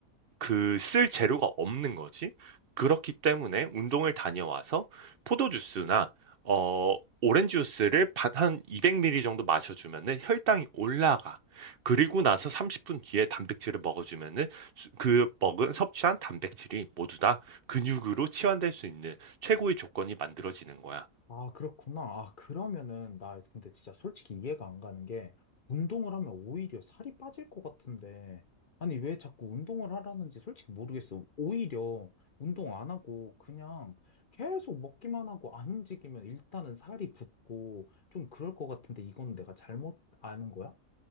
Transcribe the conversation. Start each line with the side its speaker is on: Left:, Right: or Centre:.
Right: 그 쓸 재료가 없는 거지. 그렇기 때문에 운동을 다녀와서 포도 주스나 어 오렌지 주스를 반 한 200ml 정도 마셔 주면은 혈당이 올라가. 그리고 나서 30분 뒤에 단백질을 먹어 주면은 수 그 먹은 섭취한 단백질이 모두 다 근육으로 치환될 수 있는 최고의 조건이 만들어지는 거야.
Left: 아, 그렇구나. 아, 그러면은, 나 근데 진짜 솔직히 이해가 안 가는 게, 운동을 하면 오히려 살이 빠질 것 같은데, 아니, 왜 자꾸 운동을 하라는지 솔직히 모르겠어. 오히려 운동 안 하고, 그냥 계속 먹기만 하고 안 움직이면 일단은 살이 붙고, 좀 그럴 것 같은데, 이건 내가 잘못 아는 거야?